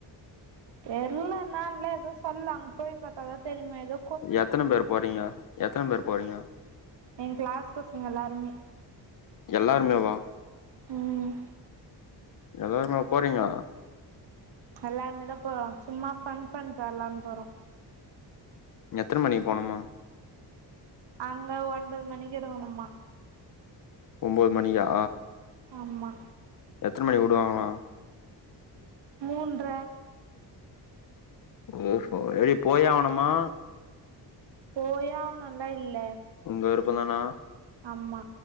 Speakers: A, on the right (about 80°); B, on the left (about 50°).
A: தெர்ல மேம்தா எதோ சொன்னாங் போய் பாத்தாதா தெரிமே எதோ
B: எத்தன பேர் போறீங்க எத்தன பேர் போறீங்க
A: என் கிளாஸ் பசங்க எல்லாருமே
B: எல்லாருமேவா
A: ம்
B: எல்லாருமா போறீங்க
A: எல்லாருமே தா போறோ சும்மா ஃபண் பண்ட்டு வர்லான் போறோ
B: எத்தன மணிக்கு போணுமா
A: அங்க ஒன்பது மணிக்கு இருக்குணுமா
B: ஒம்போது மணிக்கா
A: ஆமா
B: எத்தன மணிக் உடுவாங்ளா
A: மூன்ற
B: ஓஹொ எடி போயெ ஆவ்னுமா
A: போயே ஆவ்னுல்லா இல்ல
B: உங்க விருப்பதானா
A: ஆமா